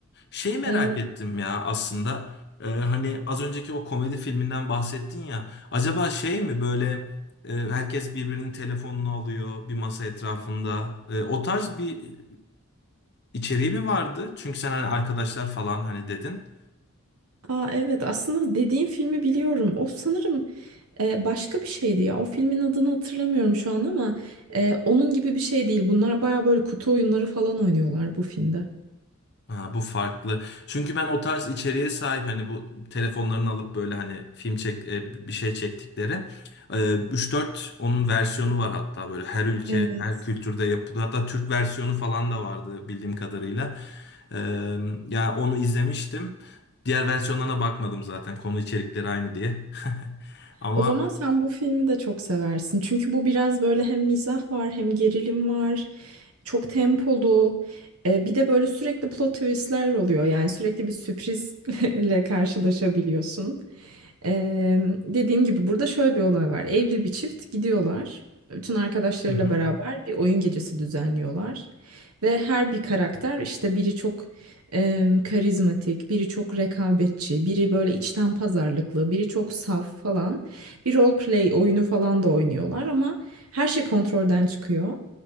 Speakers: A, on the left; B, on the right.
A: Şey merak
B: Ee,
A: ettim ya aslında. Ee, hani az önceki o komedi filminden bahsettin ya. Acaba şey mi böyle e, herkes birbirinin telefonunu alıyor bir masa etrafında. E, o tarz bir içeriği mi vardı? Çünkü sen hani arkadaşlar falan hani dedin.
B: Aa, evet aslında dediğim filmi biliyorum. O sanırım e, başka bir şeydi ya. O filmin adını hatırlamıyorum şu an ama e, onun gibi bir şey değil. Bunlar baya böyle kutu oyunları falan oynuyorlar bu filmde.
A: Ha, bu farklı. Çünkü ben o tarz içeriğe sahip hani bu telefonlarını alıp böyle hani film çek e, bir şey çektikleri e, 3-4 onun versiyonu var hatta böyle her ülke
B: Evet.
A: her kültürde yapılıyor. Hatta Türk versiyonu falan da vardı bildiğim kadarıyla. E, ya onu izlemiştim. Diğer versiyonlarına bakmadım zaten konu içerikleri aynı diye. <laughs> Ama
B: O zaman sen bu filmi de çok seversin. Çünkü bu biraz böyle hem mizah var hem gerilim var. Çok tempolu. E, bir de böyle sürekli plot twistler oluyor. Yani sürekli bir sürprizle <laughs> karşılaşabiliyorsun. Eee, dediğim gibi burada şöyle bir olay var. Evli bir çift gidiyorlar. Bütün arkadaşlarıyla
A: Hı hı.
B: beraber bir oyun gecesi düzenliyorlar. Ve her bir karakter işte biri çok eee, karizmatik, biri çok rekabetçi, biri böyle içten pazarlıklı, biri çok saf falan. Bir role play oyunu falan da oynuyorlar ama her şey kontrolden çıkıyor.